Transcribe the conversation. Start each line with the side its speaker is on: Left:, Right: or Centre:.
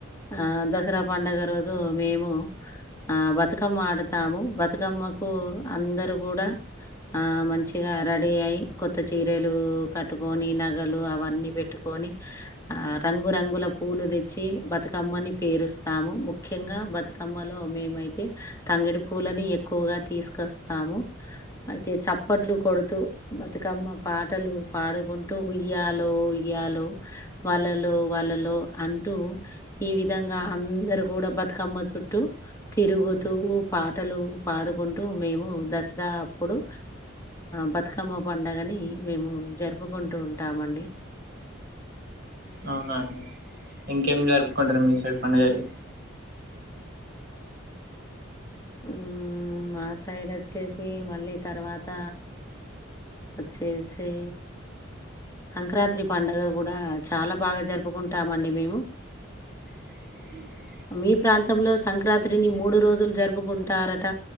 Left: ఆ దసరా పండుగ రోజు మేము ఆ బతుకమ్మ ఆడతాము బతుకమ్మకు అందరూ కూడా ఆ మంచిగా రెడీ అయ్యి కొత్త చీరలు కట్టుకొని నగలు అవ న్ని బేట్టుకొని ఆ రంగురంగుల పూలు తెచ్చి బతుకమ్మని పేరుస్తాము ముఖ్యంగా బతుకమ్మలో మేమైతే తంగడు పూలని ఎక్కువగా తీసుకస్తాము అయితే సప్పట్లు కొడుతూ బతుకమ్మ పాటలు పాడుకుంటూ ఉయ్యాల్ లో ఉయ్యాలో వాళ్ళలో వాళ్ళలో అంటూ ఈ విధంగా అందరూ కూడా బతుకమ్మ చుట్టూ తిరుగుతూ పాటలు పాడుకుంటూ మేము దసరా అప్పుడు బతుకమ్మ పండగని మేము జరుపుకుంటూ ఉంటామండి
Right: అవునా అండి ఇంకేం జరుపుకుంటారా మీ సైడ్ పండుగలు
Left: ఉమ్ మా సైడ్ ఆచ్చేసి మళ్ళీ తర్వాత వచ్చేసి సంక్రాంతి పండుగ గూడా చాలా బాగా జరుపుకుంటామండి మేము
Right: <inaudible>
Left: మీ ప్రాంతంలో సంక్రాంతిని మూడు రోజులు జరుపుకుంటారట